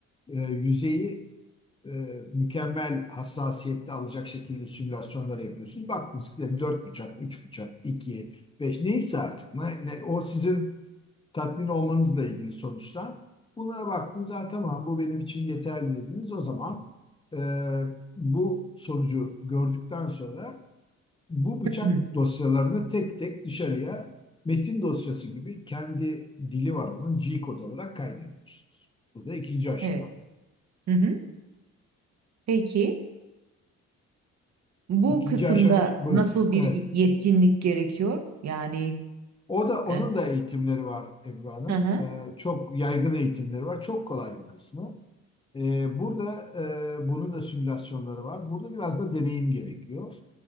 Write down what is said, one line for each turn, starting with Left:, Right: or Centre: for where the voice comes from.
Left: e, yüzeyi e, mükemmel hassasiyette alacak şekilde simülasyonları yapıyorsun. Bak disklerim 4 bucak, 3 bucak, 2, 5 neyse artık. Ne, ne- o sizin tatmin olmanızla ilgili sonuçlar. Bunlara baktınız zaten tamam bu benim için yeterli dediniz. O zaman e, bu sonucu gördükten sonra bu bıçak
Right: <clears throat> Hı.
Left: dosyalarını tek tek dışarıya metin dosyası gibi kendi dili var onun G kod olarak kaydediyorsunuz. Bu da ikinci aşama.
Right: Evet. Hı hı. Peki, bu
Left: İkinci
Right: kısımda
Left: aşama buyurun.
Right: nasıl bir
Left: Evet.
Right: yetkinlik gerekiyor? Yani
Left: O da onun
Right: E,
Left: da eğitimleri var Ebru Hanım.
Right: Hı hı.
Left: Ee, çok yaygın eğitimleri var. Çok kolay bir kısmı. Ee, burada e, bunun da simülasyonları var. Burada biraz da deneyim gerekiyor.